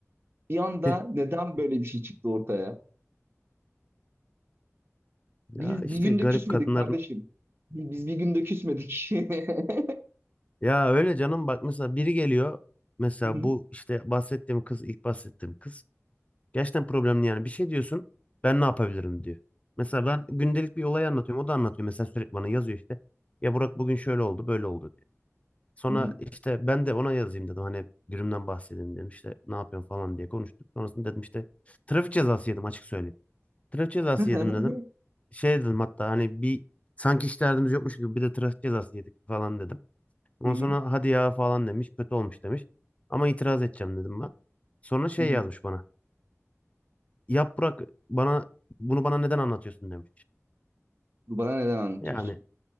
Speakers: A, on the right; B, on the left.
A: Bir anda
B: <laughs>
A: neden böyle bir şey çıktı ortaya?
B: Ya
A: Biz
B: işte
A: bir günde
B: garip
A: küsmedik
B: kadınların
A: kardeşim. Bi- Biz bir günde küsmedik. <laughs>
B: ya öyle canım bak mesela biri geliyor mesela
A: Hı hı,
B: bu işte bahsettiğim kız ilk bahsettiğim kız gerçekten problemli yani bir şey diyorsun ben ne yapabilirim diyor. Mesela ben gündelik bir olay anlatıyorum o da anlatıyor mesela sürekli bana yazıyor işte ya Burak bugün şöyle oldu böyle oldu diyor. Sonra
A: hı hı,
B: işte ben de ona yazayım dedim hani günümden bahsedeyim dedim işte ne yapıyorsun falan diye konuştuk. Sonrasında dedim işte trafik cezası yedim açık söyleyeyim. Trafik cezası
A: <laughs>
B: yedim dedim. Şey dedim hatta hani bir sanki hiç derdimiz yokmuş gibi bir de trafik cezası yedik falan dedim. Ondan
A: hı hı,
B: sonra hadi ya falan demiş. Kötü olmuş demiş. Ama itiraz edeceğim dedim ben. Sonra şey
A: hı hı.
B: yazmış bana. Yap bırak bana bunu bana neden anlatıyorsun demiş.
A: Bu bana neden anlatıyorsun?
B: Yani